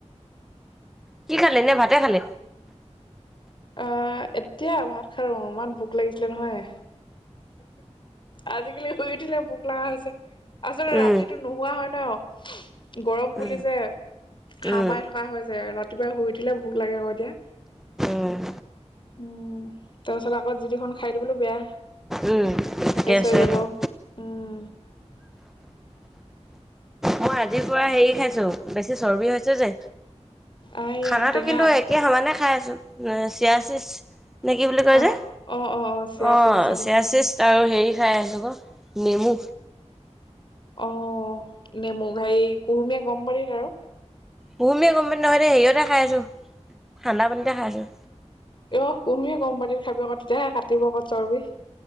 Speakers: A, in the centre; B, on the left.
A: কি খালে? নে ভাতেই খালে?
B: অঁ, এতিয়া ভাত খালো। ইমান ভোক লাগিছিলে নহয়। আজি-কালি শুই উঠিলে ভোক লগা হৈছে। আচলতে
A: উম,
B: ৰাতিটো নোহোৱা হয় ন '। গৰম
A: উম,
B: বুলি যে হাৰ
A: উম,
B: পাই থকা হয় যে ৰাতিপুৱা শুই উঠিলে ভোক লাগে ক 'এতিয়া।
A: উম।
B: উম, তাৰপিছত আকৌ যি-তি খন খাই দিবলৈও বেয়া।
A: উম, গেছ
B: হৈ
A: হয়
B: যাব।
A: ন'।
B: উম,
A: মই আজিৰ পৰা হেৰি খাইছো। বেছি চৰ্বি হৈছ যে।
B: আইয়া
A: খানটো
B: টেঙা
A: কিন্তুএ একে সমানে খাই আছোঁ। এ- চিৰা চিছ নে, কি বুলি কয়
B: অ',
A: যে?
B: অ', অ', অ', চিয়া
A: অঁ,
B: চিডছ অ'।
A: চিয়া চিছ। ত' হেৰি খাই আছোঁ ক'। নেমু।
B: অঁ--নেমু, হেৰি কুহুমীয়া গৰম পানীত আৰু।
A: কুহুমীয়া গৰম পানী নহয় দেই। হেৰিয়তে খাই আছোঁ। ঠাণ্ডা পানীতে খাই আছোঁ।
B: ইয়হ কুহমীয়া গৰম পানীত খাবি আক'। তেতিয়াহে কাটিব আক' চৰ্বি।